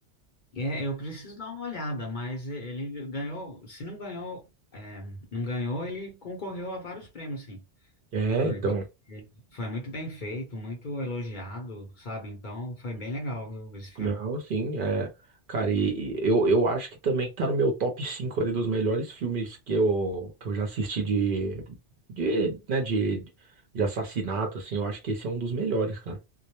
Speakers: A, on the left (about 50°); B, on the right (about 55°).
A: É, eu preciso dar uma olhada, mas e- ele ganhou. Se não ganhou, é, não ganhou, ele concorreu a vários prêmios, sim.
B: É,
A: Porque
B: então.
A: ele foi muito bem feito, muito elogiado, sabe? Então foi bem legal, viu, esse filme.
B: Não, sim, é. Cara, e e eu, eu acho que também tá no meu top 5 ali dos melhores filmes que eu, que eu já assisti de, de, né, de, de assassinato, assim. Eu acho que esse é um dos melhores, cara.